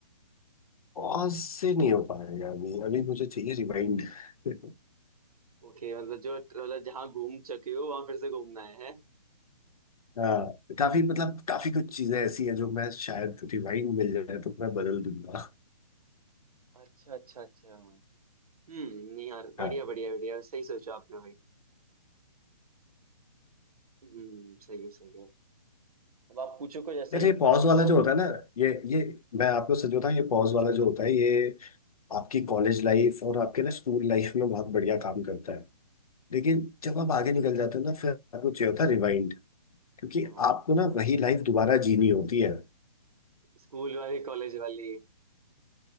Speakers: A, on the left; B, on the right.
A: पॉज से नहीं हो पाएगा अभी अभी मुझे चाहिए रिवाइंड <laughs>
B: ओके मतलब जो मतलब जहाँ घूम चुके हो वहां फिर से घूमना है, है?
A: हाँ काफी मतलब काफी कुछ चीजें ऐसी है जो मैं शायद रिवाइंड मिल जाए तो मैं बदल दूंगा
B: अच्छा अच्छा अच्छा हम्म नहीं यार बढ़िया
A: हाँ
B: बढ़िया बढ़िया सही सोचा आपने भाई हम्म सही है सही है अब आप पूछो कुछ ऐसा
A: यार
B: ही
A: ये पॉज
B: अगर
A: वाला
B: हो
A: जो होता है ना ये ये मैं आपको सच बताऊं ये पॉज वाला जो होता है ये आपकी कॉलेज लाइफ और आपके ना स्कूल लाइफ में बहुत बढ़िया काम करता है लेकिन जब आप आगे निकल जाते हो ना फिर आपको चाहिए होता है क्योंकि
B: हाँ
A: आपको ना
B: समझ
A: वही
B: रहा
A: लाइफ
B: हूँ
A: दोबारा जीनी होती है
B: स्कूल वाली कॉलेज वाली